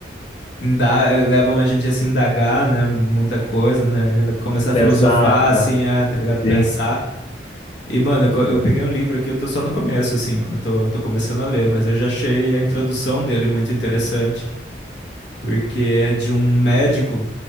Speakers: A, on the left; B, on the left.
A: inda- eh, levam a gente a se indagar, né? Muita coisa, né? Começar a
B: Pensar,
A: filosofar, assim,
B: ah,
A: a, tá ligado?
B: sim,
A: Pensar. E, mano, eu, co- eu peguei um livro aqui, eu tô só no começo, assim, mano, tô, tô começando a ler, mas eu já achei a introdução dele muito interessante. porque é de um médico